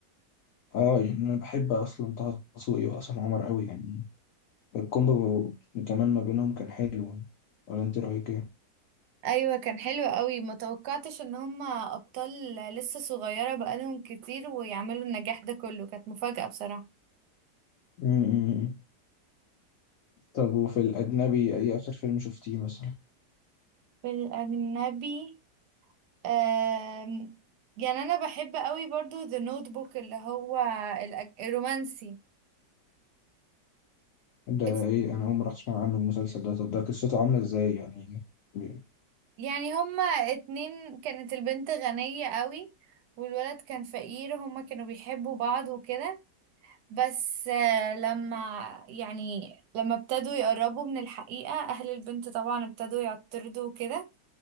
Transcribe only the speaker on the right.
ايوه كان حلو قوي ما توقعتش ان هما ابطال لسه صغيره بقالهم كتير ويعملوا النجاح ده كله كانت مفاجاه بصراحه
في الاجنبي آم، يعني انا بحب قوي برضو ذا نوت بوك اللي هو الأج- الرومانسي
اس-
يعني هما اتنين كانت البنت غنيه قوي والولد كان فقير هما كانوا بيحبوا بعض وكده بس آه، لما يعني لما ابتدوا يقربوا من الحقيقة أهل البنت طبعا ابتدوا يعترضوا وكده